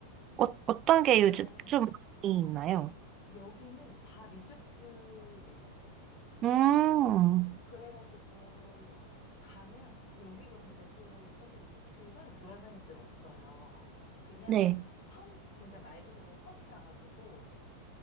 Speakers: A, on the right; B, on the left.
A: 어, 어떤 게 요즘
B: 어,
A: 좀 많이 있나요?
B: 여기는 다 리조트예요.
A: 음,
B: 네, 그래가지고 가면 여기가 근데 또 사실 주변에 돌아다닐 데는 없어요. 그냥
A: 네.
B: 섬, 진짜 말 그대로 섬이라 가지고